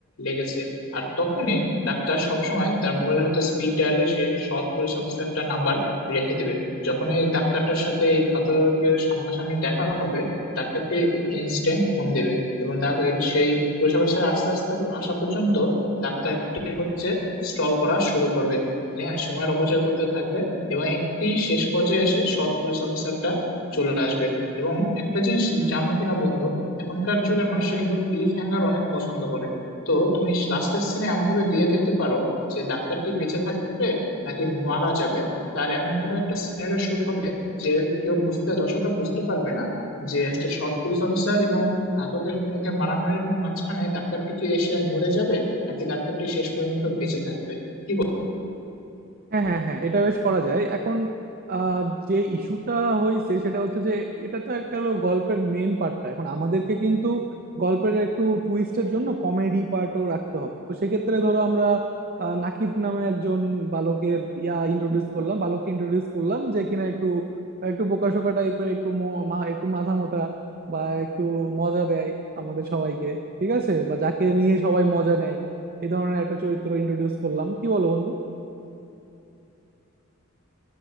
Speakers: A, on the left; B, on the right.
A: লেগেছে আর তখনই ডাক্তার সবসময় তার মোবাইলে হয়তো স্পিড ডায়ালে সে সৎ পুলিশ অফিসারটার নাম্বার রেখে দেবে যখন এই ডাক্তারটার সাথে এই ঘাতকের সামনাসামনি দেখা হবে ডাক্তারটি ইনস্ট্যান্ট ফোন দেবে এবং তাকে সেই পুলিশ অফিসার আস্তে আস্তে আসা পর্যন্ত ডাক্তারটি হচ্ছে স্টল করা শুরু করবে যে হ্যাঁ সময়ের অপচয় করতে থাকবে এবং একটি শেষ পর্যায়ে এসে সৎ পুলিশ অফিসারটা চলে আসবে এবং একটা জিনিস জানো কিনা বন্ধু এখনকার যুগের মানুষরা কিন্তু ক্লিফ হ্যাঙ্গার অনেক পছন্দ করে তো তুমি লাস্টের সিনে এমন ভাবে দিয়ে দিতে পারো যে ডাক্তারটি বেঁচে থাকবে নাকি মারা যাবে তার এমন ভাবে একটা সিনারিও শুট হবে যে কেউ বুঝতে দর্শকরা বুঝতে পারবে না যে হচ্ছে সৎ পুলিশ অফিসার এবং ঘাতকের মধ্যে মারামারির মাঝখানে ডাক্তারটি কি এসে মরে যাবে নাকি ডাক্তারটি শেষ পর্যন্ত বেঁচে থাকবে কি
B: হ্যাঁ হ্যাঁ হ্যাঁ এটা বেশ করা যায় এখন আহ, যে ইস্যুটা হয়েছে সেটা হচ্ছে যে এটা তো একটা হলো গল্পের মেন পার্টটা এখন আমাদেরকে কিন্তু গল্পের একটু টুইস্টের জন্য কমেডি পার্টও রাখতে হবে তো সেক্ষেত্রে ধরো আমরা আহ, নাকিব নামে একজন বালকের ইয়া ইন্ট্রোডিউস করলাম বালককে ইন্ট্রোডিউস করলাম যে কিনা একটু একটু বোকাশোকা টাইপের একটু মো- মা- একটু মাথা মোটা বা একটু মজা দেয় আমাদের সবাইকে ঠিক আছে বা যাকে নিয়ে সবাই মজা নেয় এই ধরনের একটা চরিত্র ইন্ট্রোডিউস করলাম কি বলো বন্ধু